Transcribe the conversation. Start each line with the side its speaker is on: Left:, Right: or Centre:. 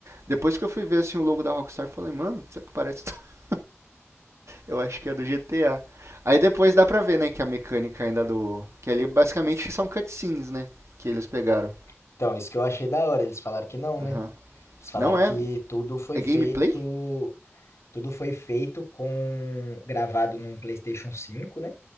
Right: Depois que eu fui ver assim o logo da Rockstar, eu falei, mano, isso aqui parece. <laughs> Eu acho que é do GTA. Aí depois dá pra ver, né, que a mecânica ainda do. Que ali basicamente são cutscenes, né? Que eles pegaram.
Left: Então, isso que eu achei da hora, eles falaram que não, né?
Right: Aham.
Left: Eles falaram
Right: Não é?
Left: que tudo foi
Right: É
Left: feito...
Right: gameplay?
Left: Tudo foi feito com... Gravado num PlayStation cinco né?